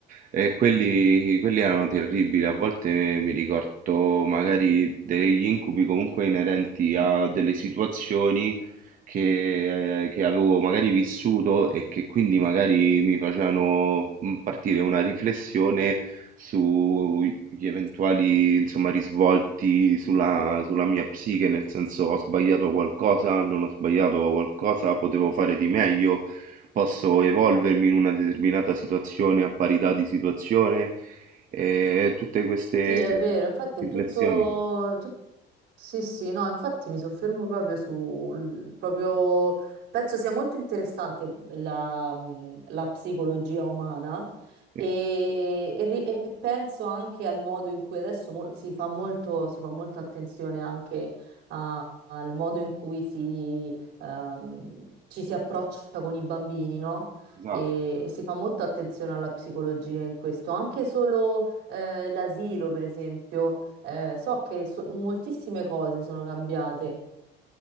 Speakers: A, on the right; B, on the right.
A: e quelli, quelli erano terribili. A volte mi ricordo magari degli incubi comunque inerenti a delle situazioni che, eh, che avevo magari vissuto e che quindi magari mi facevano mm, partire una riflessione sugli eventuali, insomma, risvolti sulla, sulla mia psiche, nel senso ho sbagliato qualcosa, non ho sbagliato qualcosa, potevo fare di meglio, posso evolvermi in una determinata situazione a parità di situazione e tutte queste
B: Sì, è vero, infatti
A: riflessioni.
B: è tutto... tut- Sì, sì, no, infatti mi soffermo proprio sul... proprio... Penso sia molto interessante la, mh, la psicologia umana
A: Sì,
B: e, e ri- e penso anche al modo in cui adesso mo- si fa molto, si fa molta attenzione anche a- al modo in cui si, ehm, ci si approccia con i bambini, no?
A: esatto.
B: E, e si fa molta attenzione alla psicologia in questo, anche solo eh, l'asilo, per esempio. Eh, so che so- moltissime cose sono cambiate.